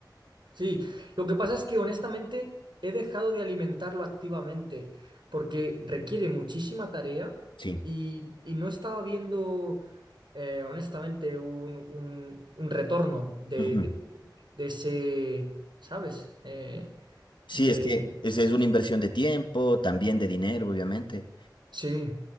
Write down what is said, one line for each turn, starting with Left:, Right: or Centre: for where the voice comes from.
Right: Sí, lo que pasa es que honestamente he dejado de alimentarlo activamente porque requiere muchísima tarea
Left: Sí.
Right: y, y no estaba viendo eh, honestamente un, un- un retorno de,
Left: Ujú.
Right: de- de- de ese, ¿sabes? Eh,
Left: Sí,
Right: de...
Left: es que es, es una inversión de tiempo, también de dinero, obviamente.
Right: Sí,